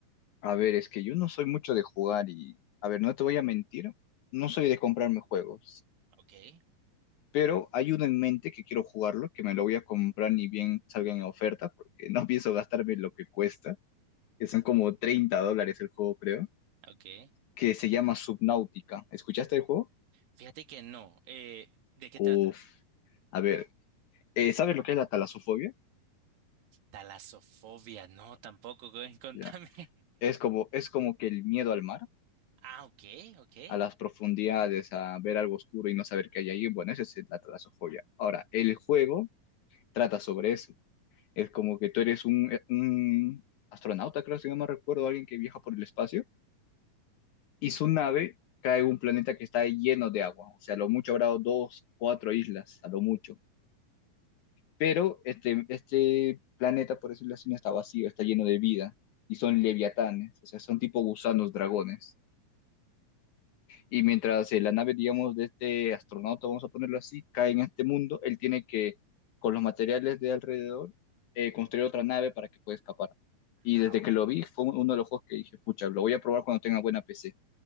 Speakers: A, on the left (about 70°); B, on the right (about 75°).
A: A ver, es que yo no soy mucho de jugar y, a ver, no te voy a mentir, no soy de comprarme juegos.
B: Ok.
A: pero hay uno en mente que quiero jugarlo, que me lo voy a comprar ni bien salga en oferta, porque <laughs> no pienso gastarme lo que cuesta, que son como 30 dólares el juego, creo,
B: Okay.
A: que se llama Subnautica. ¿Escuchaste el juego?
B: Fíjate que no. Eh, ¿de qué
A: Uf,
B: trata?
A: a ver, eh, ¿sabes lo que es la talasofobia?
B: Talasofobia, no, tampoco, güey, <laughs> contame.
A: Ya. Es como, es como que el miedo al mar,
B: Ah, ok, ok.
A: a las profundidades, a ver algo oscuro y no saber qué hay ahí. Bueno, esa es la talasofobia. Ahora, el juego trata sobre eso. Es como que tú eres un, eh, un astronauta, creo, si no me recuerdo, alguien que viaja por el espacio y su nave cae en un planeta que está lleno de agua, o sea, a lo mucho habrá dos, cuatro islas, a lo mucho. Pero este, este planeta, por decirlo así, no está vacío, está lleno de vida y son leviatanes, o sea, son tipo gusanos, dragones. Y mientras eh, la nave, digamos, de este astronauta, vamos a ponerlo así, cae en este mundo, él tiene que, con los materiales de alrededor, eh, construir otra nave para que pueda escapar. Y
B: Ah,
A: desde
B: ok.
A: que lo vi, fue uno de los juegos que dije, pucha, lo voy a probar cuando tenga buena PC.